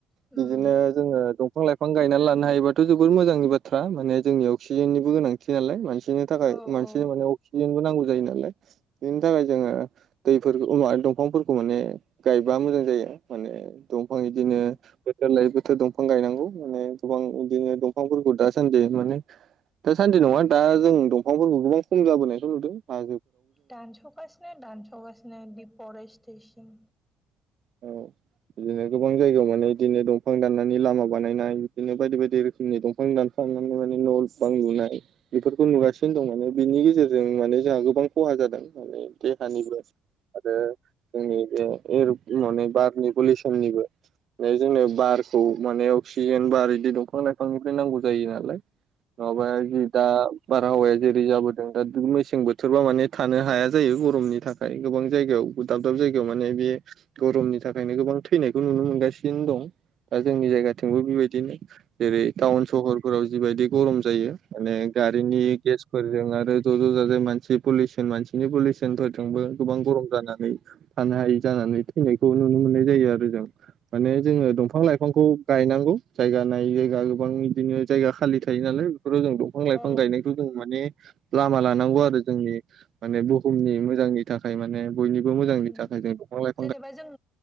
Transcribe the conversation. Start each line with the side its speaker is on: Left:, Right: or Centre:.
Centre: उम
Right: बिदिनो जोंङो दंफां लाइ फां गायनानै लानो हायोबाथ जबोर मोजांनि बाथ्रा माने जोंनि अक्सिजेननिबो गोनांथि नालाय मानसिनि थाखाय
Centre: औ
Right: मानसि
Centre: औ
Right: माने अक्सिजेनबो नांगौ जायो नालाय बिनि थाखाय जोंङो दैफोरखौ उनावहाय दंफांफोरखौ माने गायबा मोजां जायो। माने दंफां बिदिनो
Centre: उम
Right: बोथोर लायो बो थोर दंफां गायनांगौ माने गोबां बिदिनो दंफांफोरखौ दासान्दि माने दा सान्दि नङा दा जों दंफांफोरखौ गोबां खम जाबोनायथ नुदों मा
Centre: दानस'गासिनो दान'सगासिनो दिफरेस्टेसन
Right: औ बिदिनो गोबां जायगायाव माने बिदिनो दंफां दाननानै लामा बानायनाय बिदिनो बायदि बायदि रोखोमनि दंफां दानफा यनाय न'बां लुनाय बेफोरखौ नुासिनो दं माने बिनि गेजेरजों माने जोंहा गोबां खहा जा दों माने देहानिबो आरो जोंनि बे माने बारनि पलिउसननिबो बे जोंङो बारखौ माने अक्सिजेन बार बिदि दंफां लाइफांनिफ्राय नांगौ जायो नालाय नङाबा जि दा बारहावाया जेरै जाबोदों दा मेसें बोथोरबा माने थानो हाया जायो गरमनि थाखाय गोबां जायगायाव दाब दाब जायगायाव माने बे गरमनि थाखायनो गोबां थैनायखौ नुनो मोनगासिनो दं। दा जोंनि जायगाथिंबो बेबायदिनो जेरै टाउन सहरफोराव जिबायदि गरम जायो माने गारिनि गेसफोरजों आरो ज' ज' जाजाय मानसि पुलिसन मानसिनि पलि सनफोरजोंबो गोबां गरम जानानै थानो हायि जानानै फैनायखौ नुनो मोननाय जायो आरो जों माने जोंङो दंफां लाइफांखौ गायनांगौ जायगा नायै जायगा गोबां बिदिनो जायगा खालि थायो नालाय फोराव जों दंफां
Centre: औ
Right: लाइफां गायनायखौ जों माने लामा लानांगौ आरो जोंनि माने बुहुमनि मोजांनि थाखाय माने बयनिबो मोजांनि
Centre: उम
Right: थाखाय गाय बिफां लाय
Centre: जेनेबा जों